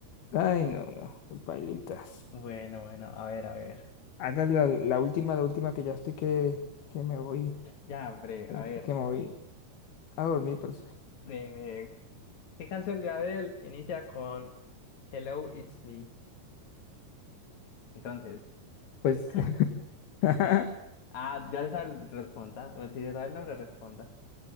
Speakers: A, on the left; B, on the left.
A: Ay, no, no, pailitas.
B: Bueno, bueno, a ver, a ver.
A: Haga la, la última, la última que ya estoy que, que me voy,
B: Ya, bre,
A: que
B: a
A: me
B: ver,
A: que me voy a dormir, parce.
B: bre, bre. ¿Qué canción de Adele inicia con Hello, it's me? Entonces,
A: Pues,
B: <laughs>
A: <laughs>
B: ah, ya se sabe, responda. Bueno, Si se sabe el nombre, responda.